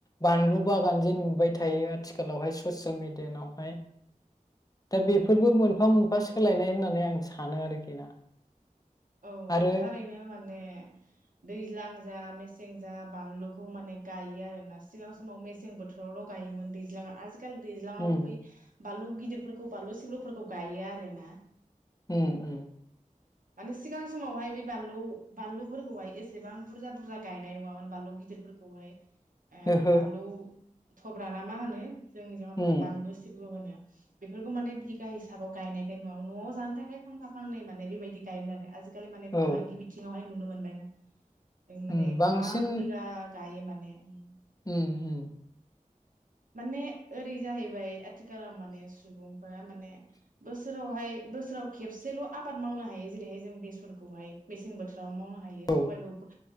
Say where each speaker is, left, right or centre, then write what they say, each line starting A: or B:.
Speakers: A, on the left; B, on the right.
A: बानलु बागान जे नुबाय थायो आथिखालावहाय ससियेल मिेडियानावहाय। दा बेफोरबो
B: औ
A: मोनफा-मोनफा सो सोलायनाय होननानै आं सानो आरोखि ना।
B: औ
A: आरो
B: थारैनो माने दैज्लां जा मेसें सेंजा बानलुखौ माने गायो आरो ना सिगां समाव मेसें बोथोरावल गायोमोन दैज्लां आजि खेल दैज्लांयाव
A: उम
B: बै बानलु गिदिरफोरखौ बानलु सिब्रुफोरखौ गायो आरोना।
A: उम उम।
B: माने सिगां समावहाय बे बानलु बानलुफोरखौहाय एसेबां बुरजा बुरजा गायनाय नुवामोन बानलु गिदिरफोरखौहाय। ओ
A: ओहो
B: बानलु थब्राना मा होनो? जोंनिजों
A: उम
B: बानलु सिब्र' होनो। बेफोरखौ माने बिगा हिसाबाव गायनायखाय न'आव न'आव जानो थाखाय फांफा फांनै माने बेबायदि गायोमोन आरो आजि खालि माने फालांगि
A: औ
B: बिथिङावहाय नुनो मोन गायना। ओं
A: उम
B: माने
A: बांसिन
B: गोबां बिगा गायो माने उम।
A: उम उम।
B: माने ओरै जाहैबाय आथिखालाव माने सुबुंफोरा माने बोसोरावहाय बोसोराव खेबसेल' आबाद मावनो हायो जेरैहाय जों बेसरखौहाय मेसें बोथोराव माव नो हायो
A: औ
B: सबायखौ बो